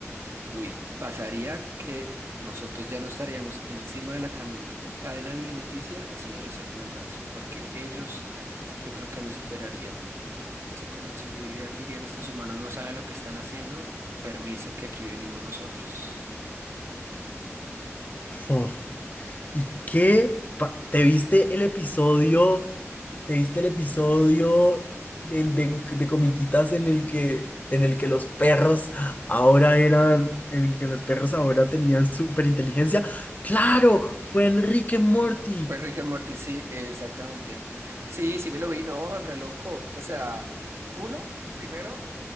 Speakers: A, on the right; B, on the left.
A: Uy, pasaría que nosotros ya no estaríamos encima de la cam- cadena alimenticia, sino de segundas, porque ellos yo creo que no superarían. Se consumirían, dirían, estos humanos no saben lo que están haciendo, permiso que aquí venimos nosotros.
B: Uf. ¿Y qué? pa- ¿Te viste el episodio? ¿Te viste el episodio de, de- de Comiquitas en el que, en el que los perros ahora eran, en el que los perros ahora tenían superinteligencia? ¡Claro! Fue Enrique Morty.
A: Fue Rick and Morty, sí, exactamente. Sí, sí me lo vi, no, re loco. O sea, uno, primero,